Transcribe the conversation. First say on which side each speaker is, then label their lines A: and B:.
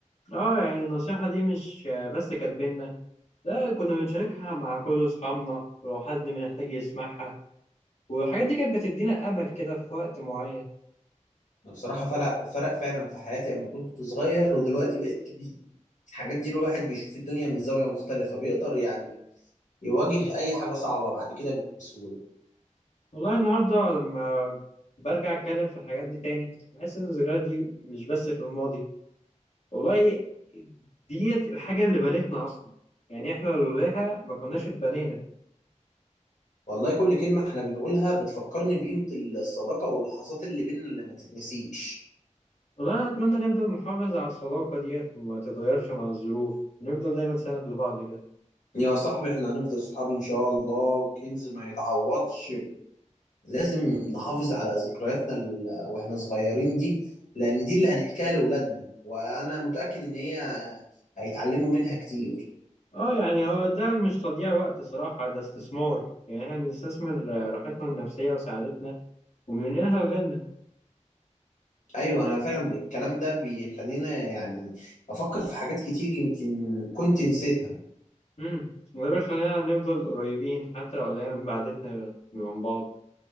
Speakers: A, on the left; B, on the left.
A: اه يعني النصيحة دي مش بس كانت بينا لا كنا بنشاركها مع كل أصحابنا ولو حد محتاج يسمعها والحاجات دي كانت بتدينا أمل كده في وقت معين
B: انا بصراحه فرق فرق فعلا في حياتي لما كنت صغير ودلوقتي بقيت كبير الحاجات دي الواحد بيشوف الدنيا من زاويه مختلفه بيقدر يعني يواجه اي حاجه صعبه بعد كده بسهوله
A: والله النهاردة لما برجع أتكلم في الحاجات دي تاني بحس إن الذكريات دي مش بس في الماضي والله ديت الحاجة اللي بنتنا أصلا يعني إحنا لولاها ما كناش اتبنينا
B: والله كل كلمه احنا بنقولها بتفكرني بقيمه الصداقه واللحظات اللي بينا اللي ما تتنسيش
A: والله أنا أتمنى نفضل نحافظ على الصداقة ديت ما تتغيرش مع الظروف نفضل دايما سند لبعض كده
B: يا صاحبي احنا هنفضل صحاب ان شاء الله وكنز ما يتعوضش لازم نحافظ على ذكرياتنا ال- واحنا صغيرين دي لان دي اللي هنحكيها لاولادنا وانا متأكد ان هي هيتعلموا منها كتير
A: اه يعني هو ده مش تضييع وقت صراحة ده استثمار يعني احنا بنستثمر آه، راحتنا النفسية وسعادتنا وبننقلها لغيرنا
B: ايوه انا فعلا الكلام ده بيخلينا يعني افكر في حاجات كتير يمكن كنت نسيتها
A: امم وده بيخلينا نفضل قريبين حتى لو قليل من بعدتنا من بعض